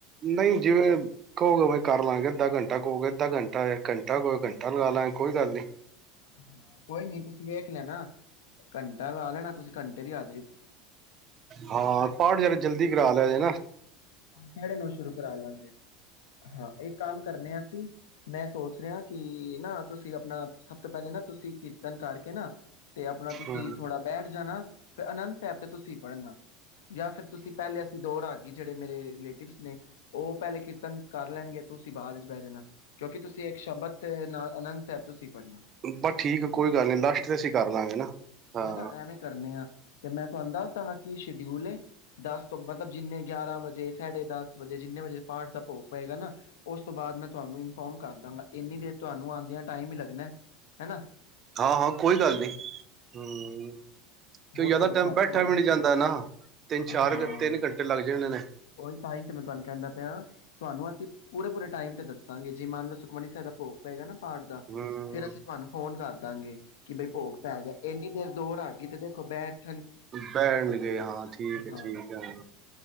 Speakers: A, on the right; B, on the left.
A: ਨਹੀਂ ਜਿਵੇਂ ਕਹੋਗੇ ਉਵੇਂ ਕਰ ਲਾਂਗੇ ਅੱਧਾ ਘੰਟਾ ਕਹੋਗੇ ਅੱਧਾ ਘੰਟਾ ਘੰਟਾ ਕਹੋਗੇ ਘੰਟਾ ਲਗਾ ਲਾਗੇ ਕੋਈ ਗੱਲ ਨੀ।
B: ਹਾਂ ਕੋਈ ਨੀ ਤੁਸ ਦੇਖ ਲੈਣਾ ਘੰਟਾ ਲਾ ਲੈਣਾ ਤੁਸੀਂ ਘੰਟੇ ਦੀ ਹਾ
A: ਹਾਂ ਪਾਠ ਜਰਾ ਜਲਦੀ ਕਰਾ ਪਏਗਾ
B: ਸਾਢੇ ਨੌਂ ਸ਼ੁਰੂ ਕਰਾ ਲਾਂਗੇ ਹਾਂ ਇੱਕ ਕੰਮ ਕਰਨੇ ਆ ਅਸੀਂ ਮੈਂ ਸੋਚ ਰਿਹਾ ਕਿ ਨਾ ਤੁਸੀਂ ਆਪਣਾ ਸਭ ਤੋਂ ਪਹਿਲੇ ਨਾ ਤੁਸੀਂ ਕੀਰਤਨ ਕਰਕੇ ਨਾ ਤੇ ਆਪਣਾ ਤੁਸੀਂ
A: ਹੂੰ
B: ਥੋੜਾ ਬੈਠ ਜਾਣਾ। ਫਿਰ ਆਨੰਦ ਸਾਹਿਬ ਤੇ ਤੁਸੀਂ ਪੜ੍ਹਨਾ ਜਾਂ ਫਿਰ ਤੁਸੀਂ ਪਹਿਲੇ ਅਸੀਂ ਦੋ ਰਾਗੀ ਜੱ ਤੇ ਮੇਰੇ ਰਿਲੇਟਿਵ ਨੇ ਉਹ ਪਹਿਲੇ ਕੀਰਤਨ ਕਰ ਲੈਣਗੇ ਤੁਸੀਂ ਬਾਅਦ ਚ ਬਹਿ ਜਾਣਾ ਕਿਉਂਕਿ ਤੁਸੀਂ ਇੱਕ ਸ਼ਬਦ ਤੇ ਨਾ ਆਨੰਦ ਸਾਹਿਬ ਤੁਸੀਂ ਪੜ੍ਹਨਾ
A: ਬਸ ਠੀਕ ਕੋਈ ਗੱਲ ਨਹੀਂ ਲਾਸਟ ਤੇ ਅਸੀਂ ਕਰ ਲਾਂਗੇ ਨਾ। ਹਾਂ
B: ਹਨਾ ਐਵੇਂ ਕਰਨੇ ਆ ਤੇ ਮੈਂ ਤੁਹਾਨੂੰ ਦੱਸ ਤੁਹਾਡਾ ਕੀ ਸ਼ੇਡਿਊਲ ਏ। ਦਸ ਤੋਂ ਬਾਅਦ <unintelligible> ਮਤਲਬ ਜਿੰਨੇ ਗਿਆਰਾਂ ਵਜੇ, ਸਾਡੇ ਦਸ ਵਜੇ, ਜਿੰਨੇ ਵਜੇ ਪਾਠ ਦਾ ਭੋਗ ਪਏਗਾ ਨਾ ਉਸ ਤੋਂ ਬਾਅਦ ਮੈਂ ਤੁਹਾਨੂੰ ਇਨਫੋਰਮ ਕਰ ਦਾਂਗਾ। ਇੰਨੀ ਦੇਰ ਤੁਹਾਨੂੰ ਆਉਂਦਿਆਂ ਟਾਈਮ ਹੀ ਲੱਗਣਾ। ਹੈਨਾ
A: ਹਾਂ ਹਾਂ ਕੋਈ ਗੱਲ ਨੀ ਹੂੰ ਕਿਉਂ
B: ਹੋਰ
A: ਜ਼ਿਆਦਾ
B: ਤੁਹਾਡੇ
A: ਟਾਈਮ
B: ਘਰ
A: ਬੈਠਾ
B: ਪਰਿਵਾਰ
A: ਵੀ ਨਹੀਂ ਜਾਂਦਾ ਨਾ ਤਿੰਨ ਚਾਰ
B: ਹਾਂ
A: ਤਿੰਨ ਘੰਟੇ ਲੱਗ ਜਾਣੇ ਨੇ
B: ਉਹੀ ਤਾਂ ਹੀ ਤੇ ਮੈਂ ਤੁਹਾਨੂੰ ਕਹਿੰਦਾ ਪਿਆ ਤੁਹਾਨੂੰ ਅਸੀਂ ਪੂਰੇ ਪੂਰੇ ਟਾਈਮ ਤੇ ਦੱਸਾਂਗੇ ਜੀ ਮੰਨ ਲਓ ਸੁਖਮਨੀ ਸਾਹਿਬ ਦਾ ਭੋਗ ਪਏਗਾ ਨਾ ਪਾਠ ਦਾ
A: ਹੂੰ
B: ਫੇਰ ਅਸੀਂ ਤੁਵਾਨੂੰ ਫੋਨ ਕਰ ਦਾਂਗੇ। ਕਿ ਬਈ ਭੋਗ ਪੈ ਗਿਆ ਏਨੀ ਦੇਰ ਦੋ ਰਾਗੀ ਤੇ ਦੇਖੋ ਬੈਠ
A: ਬੈਣਗੇ ਹਾਂ ਠੀਕ ਏ,
B: ਹਾਂ
A: ਠੀਕ ਏ